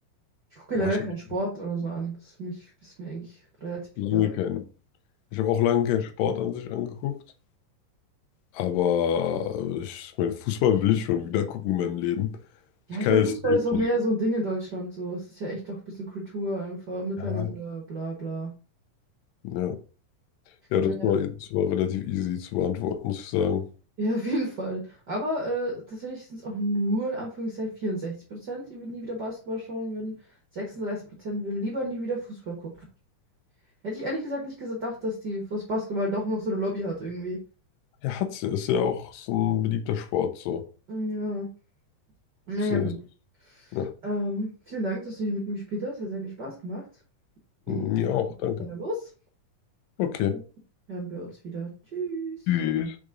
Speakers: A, on the right (about 60°); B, on the left (about 80°).
A: ich gucke
B: boah,
A: generell
B: ich
A: keinen
B: habe
A: Sport oder so an. Das ist, mich, ist mir eigentlich relativ
B: lange
A: egal.
B: keinen. Ich habe auch lange keinen Sport an sich angeguckt. Aber ich meine, Fußball will ich schon wieder gucken in meinem Leben.
A: Ja,
B: Ich kann
A: ich meine,
B: jetzt
A: Fußball ist auch
B: nicht.
A: mehr so ein Ding in Deutschland. So, es ist ja echt auch ein bisschen Kultur einfach, miteinander,
B: Ja.
A: bla bla.
B: Ja, ja, das
A: Naja.
B: war, das war relativ easy zu beantworten, muss ich sagen.
A: Ja, auf jeden Fall. Aber äh, tatsächlich sind es auch nur in Anführungszeichen 64 Prozent, die nie wieder Basketball schauen würden. 36 Prozent würden lieber nie wieder Fußball gucken. Hätte ich ehrlich gesagt nicht gedacht, dass die fürs Basketball doch noch so eine Lobby hat irgendwie.
B: Ja, hat's ja. Ist ja auch so ein beliebter Sport, so.
A: Ja, naja,
B: Ist ja-
A: gut.
B: Ja,
A: Ähm, vielen Dank, dass du hier mit mir gespielt hast. Hat sehr viel Spaß gemacht. Ich
B: mir auch, danke.
A: gehe los.
B: Okay.
A: Dann hören wir uns wieder. Tschüss.
B: Tschüss.